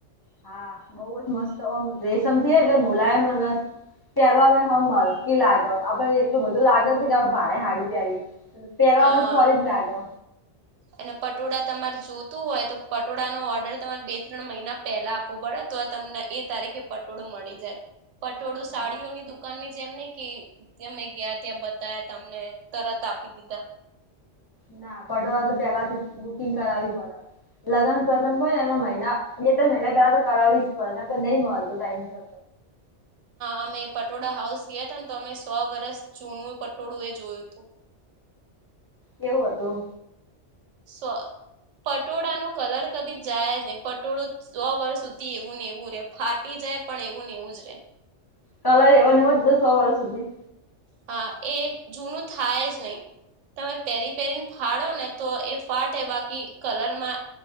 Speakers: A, on the left; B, on the right.
A: હા બઉુ જ મસ્તમ રેશમ થ એટલે મુલાયમને. ત્યારે અમે હ હલકી લાગ્યો આપડને એટલું બધું લાગત ન કે ભાણે હાડી તારી. પેલો
B: હા
A: અમે ફરી જ લાગો.
B: અને પટોળા તમારે જોતું હોય તો પટોળાનોો ઓર્ડર તમારે બે ત્રણ મહિના. પેલા આપવો પડે તો તમને એ તારીખે પટોળો મળી જાય. પટોળું
A: હા.
B: સાડીઓની દુકાનની જેમ ને કે. ત્યાં મેં ગયા ત્યાં બતા્યા તમને તરત આપી દીધા.
A: ના પટોવા તો પેલાથી જ બુકિંગ કરાવવી પડે. લગ્ન પ્રસંગ હોય ને એનો મહિના બે તણ મહિના પેલા તો કરાવવી જ પડેને નહી મળતું ટાઈમતો.
B: અમે પટોળા હાઉસ ગયા હતા ને તો અમે સો વર્ષ જૂનું પટોળું એ જોયું હતું.
A: કેવું હતું,
B: સો પટોળા નુ કલર કદી જાય નહી, પટોળું સો વર્ષ સુધી એવું ને એવું રે ફાટી જાય પણ એવું ને એવું જ રે.
A: કલર એવો નેવ જતો સો વર્ષ સુધી.
B: હા એ જૂનું થાય જ નહીિ. તમે પેરી પેરીને ફાળો ને તો એ ફાટે બાકી કલરમાં.